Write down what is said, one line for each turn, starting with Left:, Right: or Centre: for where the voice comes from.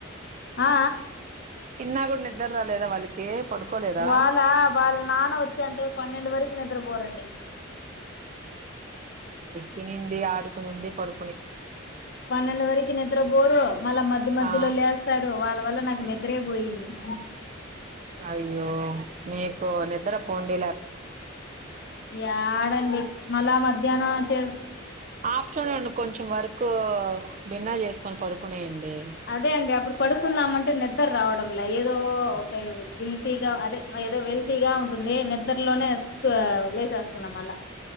Left: ఆ
Right: ఇన్నా కూడా నిద్ర రాలేదా వాళ్ళకి పడుకోలేదా
Left: వాళ్ళ వాళ్ళ నాన్న వచ్చేంత పన్నెండు వరకు నిద్రపోరండి
Right: తిన్నింది ఆడుకున్నంది పడు
Left: పన్నెండ వరకు నిద్ర పోరు మళ్ళ మధ్య మధ్యలో
Right: ఆ
Left: లేస్తారు వాళ్ళ వల్ల నాకు నిద్ర పోయింది <inaudible>
Right: అయ్యో మీకు నిద్రపోండి
Left: య్యడండి మళ మధ్యాహ్న చె
Right: ఆఫ్టర్నూన్ కొంచెం వర్క్ భిన్న చేసుకొని పడుకున్నాయండి
Left: అదే అండి అప్పుడు పడుకున్నామ అంటే నిద్ర రావడ ఏదో ఒక గిల్తగా అదే ఏదో వెల్తగా ఉంటుంది నిద్రలోనే లేసేస్తున్నాం అళ్ళ